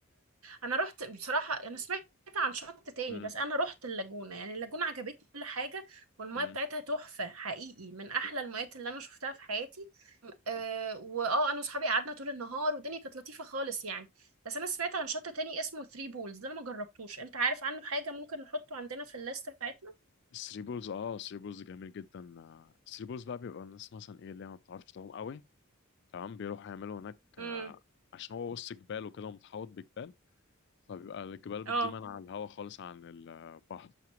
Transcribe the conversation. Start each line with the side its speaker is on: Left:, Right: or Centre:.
Right: انا رحت بصراحه انا سمعت عن شط تاني
Left: م-
Right: بس انا رحت اللاجونه يعني اللاجونه عجبتني كل حاجه والميه
Left: م-
Right: بتاعتها تحفه حقيقي من احلى
Left: م-
Right: الميات اللي انا شفتها في حياتي أه
Left: م.
Right: واه انا واصحابي قعدنا طول النهار والدنيا كانت لطيفه خالص يعني بس انا سمعت عن شط تاني اسمه ثري بولز ده انا ما جربتوش انت عارف عنه حاجه ممكن نحطه عندنا في الليست بتاعتنا
Left: الثري بولز اه الثري بولز جميل جدا الثري بولز بقى بيبقى الناس مثلا ايه اللي هي ما بتعرفش تعوم قوي تمام بيروحوا يعملوا هناك
Right: امم
Left: آه، عشان هو وسط جبال وكده ومتحوط بجبال فبيبقى الجبال
Right: اه
Left: دي مانعة الهواء خالص عن البحر